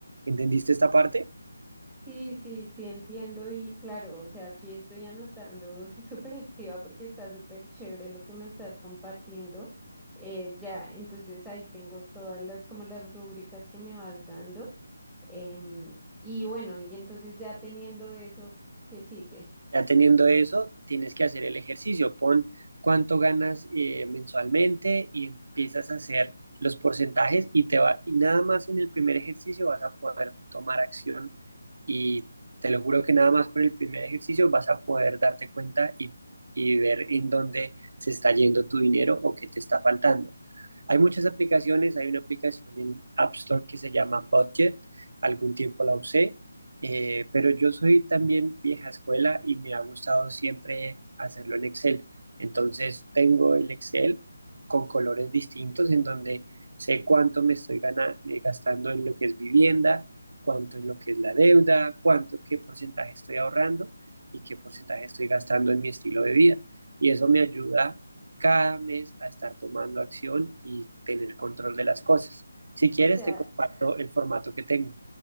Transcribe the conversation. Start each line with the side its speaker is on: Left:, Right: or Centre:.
Right: ¿Entendiste esta parte?
Centre: Sí, sí, sí, entiendo y claro, o sea, aquí estoy anotando <laughs> súper activa porque está súper chévere lo que me estás compartiendo. Eh, ya, entonces ahí tengo todas las como las rúbricas que me vas dando. em, y bueno, y entonces ya teniendo eso, ¿qué sigue?
Right: Ya teniendo eso, tienes que hacer el ejercicio. Pon cuánto ganas eh, mensualmente y empiezas a hacer los porcentajes y te va, y nada más en el primer ejercicio vas a poder tomar acción y te lo juro que nada más con el primer ejercicio vas a poder darte cuenta y, y ver en dónde se está yendo tu dinero o qué te está faltando. Hay muchas aplicaciones, hay una aplicación en App Store que se llama Budget, algún tiempo la usé, eh, pero yo soy también vieja escuela y me ha gustado siempre hacerlo en Excel. Entonces tengo el Excel con colores distintos en donde sé cuánto me estoy gana- eh, gastando en lo que es vivienda, cuánto en lo que es la deuda, cuánto, qué porcentaje estoy ahorrando y qué porcentaje estoy gastando en mi estilo de vida. Y eso me ayuda cada mes a estar tomando acción y tener control de las cosas. Si quieres,
Centre: O sea,
Right: te comparto el formato que tengo.